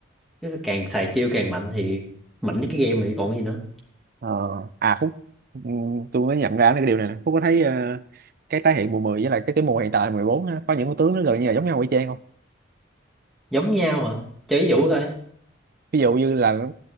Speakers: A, in the centre; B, on the right (about 45°).
A: nó sẽ càng xài chiêu càng mạnh thì mạnh nhất cái game thì còn gì nữa
B: ờ. à Phúc ừm, tôi mới nhận ra cái điều này nè Phúc có thấy ờ, cái tái hiện mùa 10 với lại cái cái mùa hiện tại 14 á, có những con tướng nó gần như là giống nhau y chang không
A: giống nhau hả cho ví dụ coi
B: ví dụ như là nó,